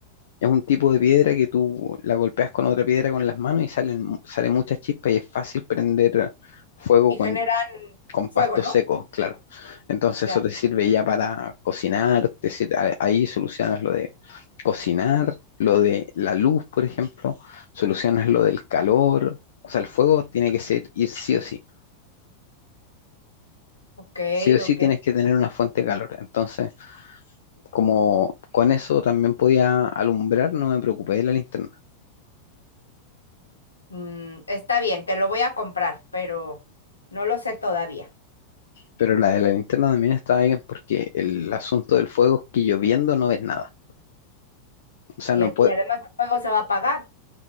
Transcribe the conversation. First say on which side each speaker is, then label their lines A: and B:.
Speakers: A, on the left (about 60°); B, on the left (about 75°).
A: Es un tipo de piedra que tú la golpeas con otra piedra con las manos y salen, mu- salen muchas chispas y es fácil prender fuego
B: y generan
A: con
B: fuego,
A: pastos
B: ¿no?
A: secos, claro. Entonces
B: Ya.
A: eso te sirve ya para cocinar, te sir- a- ahí solucionas lo de cocinar, lo de la luz, por ejemplo, solucionas lo del calor, o sea, el fuego tiene que ser, ir sí o sí.
B: Ok,
A: Sí o sí
B: ok.
A: tienes que tener una fuente de calor. Entonces, como con eso también podía alumbrar, no me preocupé de la linterna.
B: Mm, está bien, te lo voy a comprar, pero no lo sé todavía.
A: Pero la de la linterna también estaba bien porque el asunto del fuego es que lloviendo no ves nada. O sea,
B: Y,
A: no,
B: el,
A: pue-
B: y además el juego se va a pagar.